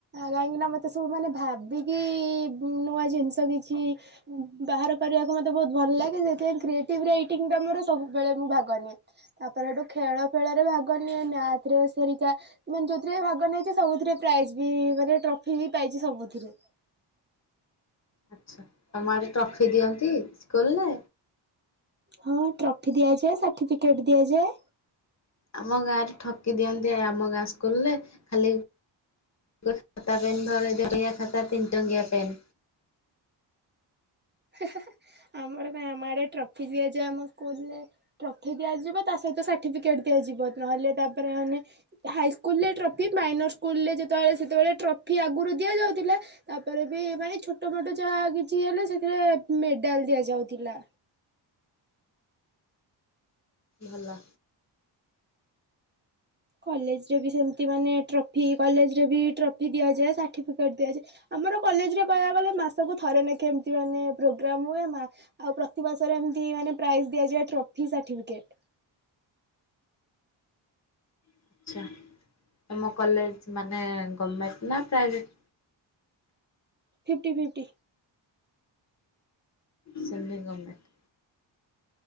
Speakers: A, on the right; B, on the left.
A: କାହିଁକି ନା ମତେ ସବୁ ମାନେ ଭାବିକିଇଇ ନୂଆ ଜିନିଷ କିଛି ବାହାର କରିବାକୁ ମତେ ବହୁତ ଭଲ ଲାଗେ ସେଥିପାଇଁ କ୍ରିଏଟିଭ୍ ରାଇଟିଙ୍ଗଟା ମୋର ସବୁ ସବୁବେଳେ ମୁଁ ଭାଗ ନିିଏ, ତାପରେ ହେଠୁ ଖେଳଫେଳରେ ଭାଗ ନିଏ ମ୍ୟାଥ୍ ରେସ୍ ହେରିକା ମାନେ ଯୋଉଥିରେ ଭାଗ ନେଇଛି ସବୁଥିରେ ପ୍ରାଇଜ୍ ବି ମାନେ ଟ୍ରଫି ବି ପାଇଛି ସବୁଥିରେ <inaudible>
B: ଆଚ୍ଛା ତମ ଆଡେ ଟ୍ରଫି ଦିଅନ୍ତି, ସ୍କୁଲରେ?
A: ହଁ ଟ୍ରଫି ଦିଆଯାଏ ସାର୍ଟିଫିକେଟ୍ ଦିଆଯାଏ।
B: ଆମ ଗାଁରେ ଠକି ଦିଅନ୍ତି ଆମ ଗାଁ ସ୍କୁଲରେ, ଖାଲି <inaudible> ଖାତା ପେନ୍ ଧରେଇ <inaudible> ତିନି ଟଙ୍କିଆ ଖାତା ତିନି ଟଙ୍କିଆ ପେନ୍।
A: ହେହେହେ ଆମର କାଇଁ ଆମ ଆଡେ ଟ୍ରଫି ଦିଆଯାଏ ଆମ ସ୍କୁଲରେ ଟ୍ରଫି ଦିଆଯିବ ତା ସହିତ ସାର୍ଟିଫିକେଟ ଦିଆଯିବ ନହେଲେ ତାପରେ ମାନେ ହାଇସ୍କୁଲରେ ଟ୍ରଫି ମାଇନର ସ୍କୁଲରେ ଯେତେବେଳେ ସେତେବେଳେ ଟ୍ରଫି ଆଗରୁ ଦିଆଯାଉଥିଲା ତାପରେ ବି ମାନେ ଛୋଟମୋଟ ଯାହା କିଛି ହେଲେ ସେ ସେଥିରେ ମେଡାଲ ଦିଆଯାଉଥିଲା।
B: ଭଲ।
A: କଲେଜରେ ସେମିତି ମାନେ ଟ୍ରଫି କଲେଜରେ ବି ଟ୍ରଫି ଦିଆଯାଏ ସାର୍ଟିଫିକେଟ ଦିଆଯାଏ ଆମର କଲେଜରେ କହିବାକୁ ଗଲେ ମାସକୁ ଥରେ ନାଖେ ଏମିତି ମାନେ ପ୍ରୋଗ୍ରାମ୍ ହୁଏ ମା ଆଉ ପ୍ରତି ମାସରେ ଏମିତି ମାନେ ପ୍ରାଇଜ ଦିଆଯାଏ ଟ୍ରଫି ସାର୍ଟିଫିକେଟ୍।
B: ଆଚ୍ଛା। ତମ କଲେଜ ମାନେ ଗମେଣ୍ଟ୍ ନା private?
A: Fifty fifty.
B: Semi government